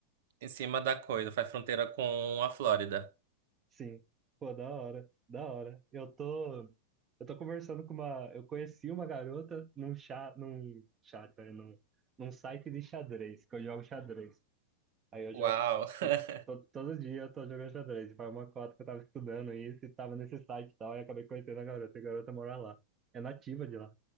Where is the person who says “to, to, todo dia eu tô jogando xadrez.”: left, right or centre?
Right